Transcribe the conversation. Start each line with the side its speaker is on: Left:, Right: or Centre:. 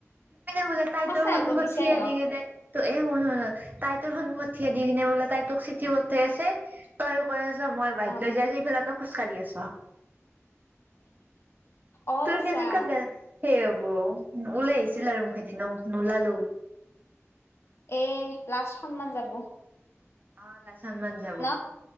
Right: বোলে তাই
Left: সঁচা
Right: তোৰ সন্মুখত
Left: হওক বা মিছাই
Right: থিয়
Left: হওক
Right: দি কিনে এই শুন শুন তাই তোৰ সন্মুখত থিয় দি কিনে বোলে তাই তোক চিঠি পথে আছে তইও কৈ আছ মই বাইক
Left: অ
Right: লৈ যাই আছো, ইফালে তই খোজকাঢ়ি আছ।
Left: অ
Right: তোৰ
Left: বচা
Right: কেনেকুৱা গা সেই হ'ব ওলাই আ আছিল আৰু মোখেদি নো নোলালো
Left: এহ এই লাচ সন্মান যাব।
Right: অ লাচ সন্মান যাব।
Left: ন